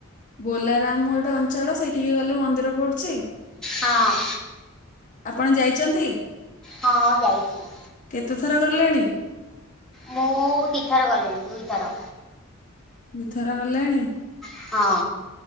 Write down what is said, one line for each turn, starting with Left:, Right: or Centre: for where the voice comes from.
Left: ବୋଲାରାମ୍ ଗୋଟେ ଅଞ୍ଚଳ ସେଇଠିକି ଗଲେ ମନ୍ଦିର ପଡୁଛି।
Centre: ହଁ
Left: ଆପଣ ଯାଇଚନ୍ତି?
Centre: ହଁ ଯାଇଛି।
Left: କେତେ ଥର ଗଲେଣି?
Centre: ମୁଁ ଦିଥର ଗଲିଣି ଦୁଇଥର।
Left: ଦିଥର ଗଲେଣି,
Centre: ହଁ